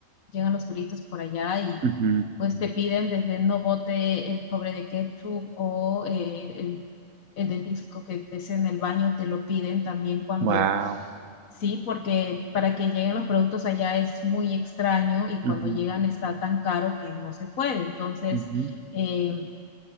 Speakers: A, on the left; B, on the right.
A: llegan los turistas por allá y,
B: ujú.
A: pues te piden desde no bote el sobre de ketchup o eh, el, el dentífrico que estés en el baño, te lo piden también cuando,
B: Wow.
A: sí, porque para que lleguen los productos allá es muy extraño y
B: ujú,
A: cuando llegan está tan caro que no se puede. Entonces,
B: ujú.
A: eh,